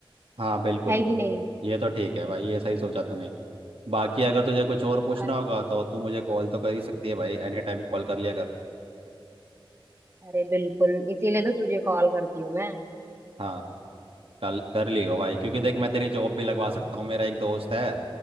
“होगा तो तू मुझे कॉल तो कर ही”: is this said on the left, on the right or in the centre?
Right